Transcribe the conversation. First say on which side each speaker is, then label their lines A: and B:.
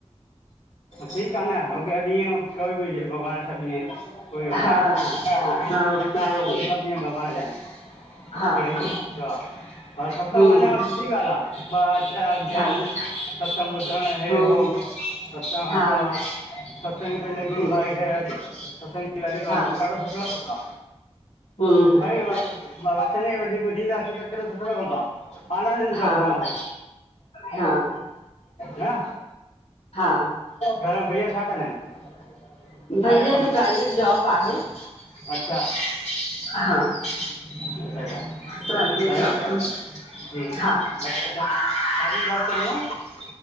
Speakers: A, on the left; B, on the left.
A: ठीक आ न अॻियां ॾींहं कोई बि हुजे भॻवान जा ॾींहं आहिन। कोई हो
B: हा
A: न आहे। <unintelligible>
B: हा हा
A: सभ ॾींहं भॻवान जा आहिनि
B: हा
A: कहिड़ी आहे पर सतंग
B: हम्म
A: वञण
B: हम्म
A: सुठी ॻाल्हि आ। बाचार ज्ञान
B: हा
A: खत्म ॿुधणु हे
B: हम्म
A: हो
B: हम्म
A: सभ
B: हा
A: त सभ संग पहले गुरू
B: हम्म
A: भाई खे। सत्संग जी ॻाल्यु करण
B: हा
A: ॾाढो सुठो लॻदो आ।
B: हम्म हम्म
A: ॿ वचन ई वठी ॿुधींदासीं त केॾो सुठो लॻंदो आ, आनंद इंदो
B: हा
A: ॿुधण में,
B: हा
A: न।
B: हा
A: घर में भैया छा कंदा आहिनि? छाजो
B: भईया जो प्राइवेट
A: कम
B: जॉब आहे
A: तनि? अच्छा, अ
B: हा
A: <unintelligible> हॼ
B: प्राइवेट जॉब
A: ज च
B: हा
A: न <inaudible>